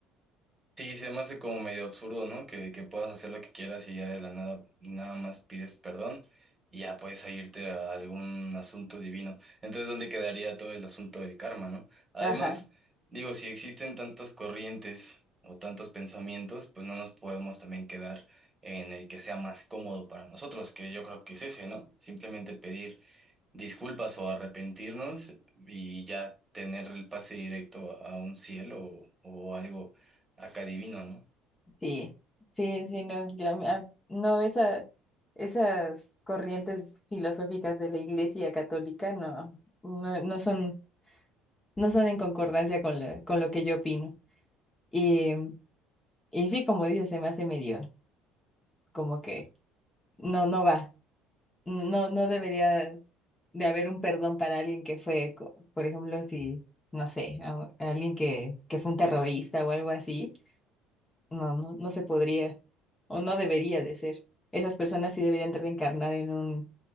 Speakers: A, on the right (about 15°); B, on the left (about 20°).
A: Sí, se me hace como medio absurdo, ¿no? Que, que puedas hacer lo que quieras y ya de la nada, nada más pides perdón y ya puedes irte a algún asunto divino. Entonces, ¿dónde quedaría todo el asunto del karma, ¿no? Además,
B: Ajá.
A: digo, si existen tantas corrientes o tantos pensamientos, pues no nos podemos también quedar en el que sea más cómodo para nosotros, que yo creo que es ese, ¿no? Simplemente pedir disculpas o arrepentirnos y ya tener el pase directo a un cielo o, o algo acá divino, ¿no?
B: Sí, sí, sí, no, yo, a mí- a- no, esa, esas corrientes filosóficas de la Iglesia Católica no, no, no son, no son en concordancia con la- con lo que yo opino. Y, y sí, como dices, se me hace medio, como que no, no va, no, no no debería de haber un perdón para alguien que fue, co- por ejemplo, si, no sé, a- a alguien que, que fue un terrorista o algo así No, no, no se podría o no debería de ser. Esas personas sí deberían de reencarnar en un,